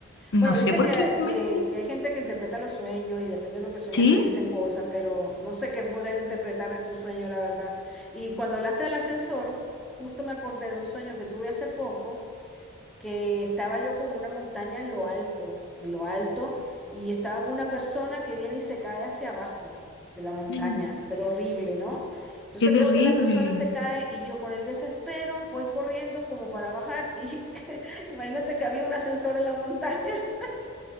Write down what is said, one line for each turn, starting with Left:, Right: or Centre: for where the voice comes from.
Left: no
Centre: Bueno,
Left: sé
Centre: viste
Left: por
Centre: que,
Left: qué. realmente-
Centre: que, que hay gente que interpreta los sueños y depende de lo que sueñas
Left: Sí,
Centre: te dicen cosas, pero no sé qué podrán interpretar de tu sueño, la verdad. Y cuando hablaste del ascensor, justo me acordé de un sueño que tuve hace poco. que estaba yo como una montaña en lo alto, en lo alto, y estaba con una persona que viene y se cae hacia abajo de la montaña,
Left: Mm.
Centre: pero horrible, ¿no? Entonces
Left: qué terrible.
Centre: veo que la persona se cae y yo con el desespero voy corriendo como para bajar y <laughs> imagínate que había un ascensor en la montaña. <laughs>